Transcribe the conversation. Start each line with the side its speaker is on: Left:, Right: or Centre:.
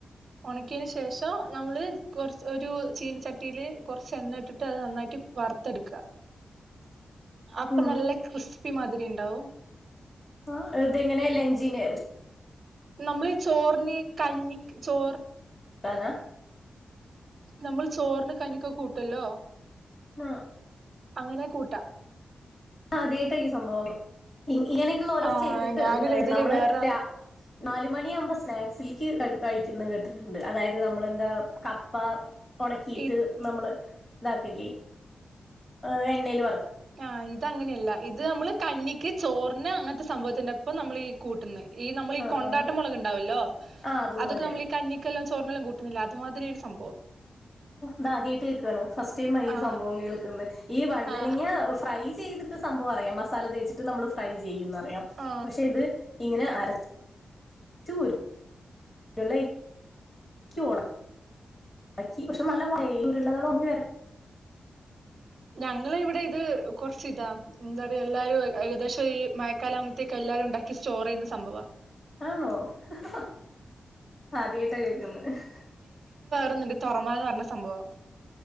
Right: ഉണക്കിയന് ശേഷം നമ്മള് കുറച്ച് ഒരു ചീനച്ചട്ടിയില് കുറച്ച് എണ്ണട്ടിട്ട് അത് നന്നായിട്ട് വറുത്തെട്ക്ക.
Left: <inaudible>
Right: അപ്പ
Left: ഉം
Right: നല്ല ക്രിസ്പിമാതിരി ണ്ടാവും.
Left: ആ. ഇതെങ്ങനെ ലഞ്ചിന്
Right: നമ്മളി ചോറിന്, കഞ്ഞിക്ക്, ചോർ
Left: <unintelligible>
Right: നമ്മൾ ചോറിൻ, കഞ്ഞിക്കൊക്കെ കൂട്ടല്ലോ?
Left: ആഹ.
Right: അങ്ങനെ കൂട്ട.
Left: ആ അതേതാ ഈ സംഭവം ഇങ്ങനെയക്കുള്ള ഓരോ
Right: ആ
Left: ചെയ്തിട്ട്,
Right: ഞാനൊരു
Left: എന്താണ്
Right: ഇതില്
Left: നമ്മള്
Right: വേറൊരാൾ
Left: ര നാലുമണിയാകുമ്പോ സ്നാക്സില്ക്ക് എടു കഴിക്കുന്ന കേട്ടിട്ടുണ്ട്. അതായത് നമ്മളെന്താ കപ്പ ഒണക്കിയിട്ട്
Right: ഇ
Left: നമ്മള്. ഇതാക്കില്ലേ? ഹ എണ്ണയിൽ വറക്ക.
Right: ആ ഇത് അങ്ങനെയല്ല. ഇത് നമ്മള് കഞ്ഞിക്ക്, ചോറിന് അങ്ങനത്തെ സംഭവത്തിന്റെപ്പം നമ്മൾ ഈ കൂട്ടുന്നെ. ഈ നമ്മള് ഈ
Left: ആ
Right: കൊണ്ടാട്ടം
Left: ആ
Right: മുളക്ണ്ടാവല്ലോ?
Left: ആ അതുപോലെ
Right: അതൊക്കെ നമ്മള് ഈ കഞ്ഞിക്കെല്ലാം, ചോറ്നെല്ലാം കൂട്ടി. മാതിരി യൊരു സംഭവം.
Left: ത് ആദ്യയിട്ട് കേക്കാണ്, ഫസ്റ്റ് ടൈമാ ഈ
Right: ആ
Left: സംഭവം കേൾക്കുന്നെ. ഈ വഴുതനങ്ങ
Right: ആ
Left: <inaudible> ഫ്രൈ ചെയ്തിട്ട് സംഭവം അറിയാം, മസാല തേച്ചിട്ട് നമ്മൾ ഫ്രൈ ചെയ്യുംന്നറിയാം.
Right: ആ
Left: പക്ഷെ ഇത് ഇങ്ങനെ. അരച്ച ചൂര്. <unintelligible> ക്കി പക്ഷെ നല്ല പോയേ ഉരുള്ളകള ഒങ്ങി വരാ <inaudible> <unintelligible>
Right: ഞങ്ങള് ഇവിടെ ഇത് കൊറച് താ, എന്താ റയാ എല്ലാരും ഏകദേശം ഈ മഴക്കാലാകുമ്പത്തേക്ക്‌. എല്ലാവും ണ്ടാക്കി സ്റ്റോറെ യ്യുന്ന സംഭവ
Left: ആണോ? ഹ, ഹ, ആദ്യായിട്ടാ കേക്ന്നേ. <inaudible> <unintelligible>
Right: ന്ന്ണ്ട് തൊറമാങ്ങ പറഞ്ഞ സംഭവം.